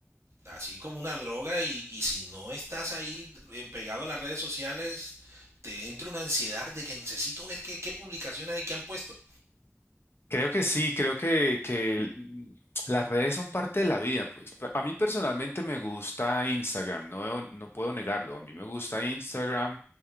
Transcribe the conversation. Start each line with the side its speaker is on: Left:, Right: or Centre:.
Right: Así como una droga y, y si no estás ahí em, pegado a las redes sociales, te entra una ansiedad de que necesito ver qué, qué publicaciones hay que han puesto.
Left: Creo que sí, creo que, que el- mm, las redes son parte de la vida, pues. Pe- A mí personalmente me gusta Instagram, no, debo- no puedo negarlo. A mí me gusta Instagram,